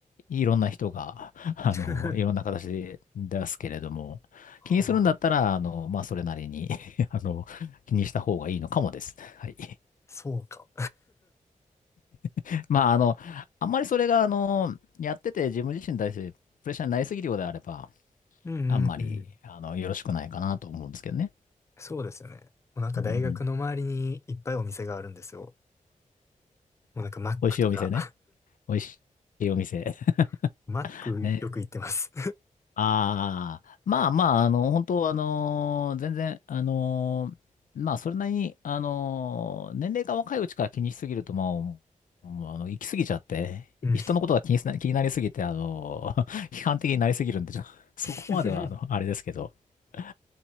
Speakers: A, on the left; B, on the left.
A: いろんな人が、<laughs> あの、
B: <laughs>
A: いろんな形で出すけれども、
B: はあ、
A: 気にするんだったら、あの、まあ、それなりに <laughs> あの、気にした方がいいのかもです。はい。
B: そうか。
A: <laughs> まあ、あの、あんまりそれが、あの、やってて自分自身に対してプレッシャーになりすぎるようであれば、
B: うんうんうん。
A: あんまり、あの、よろしくないかなと思うんですけどね。
B: そうですよね。もうなんか大学の周りにいっぱいお店があるんですよ。
A: うん。
B: もうなんかマックとか。
A: 美味しいお店ね。美味しいお店。
B: <laughs> マックよく行ってます。
A: <laughs> ね。ああ、まあまあ、あの、本当あのー全然、あのーまあ、それなりに、あのー年齢が若いうちから気にしすぎると、まあ、もうあの、行き過ぎちゃって、
B: うん。
A: 人のことが気にすな、気になりすぎて、あのー <laughs> 批判的になりすぎるんで、ちょ <laughs> そこまでは、
B: <laughs>
A: あの、あれですけど、や